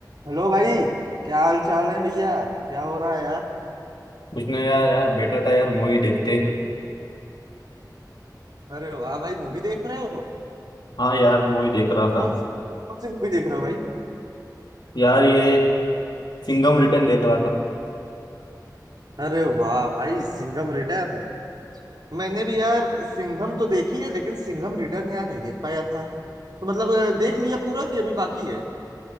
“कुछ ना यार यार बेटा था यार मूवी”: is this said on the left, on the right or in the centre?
Left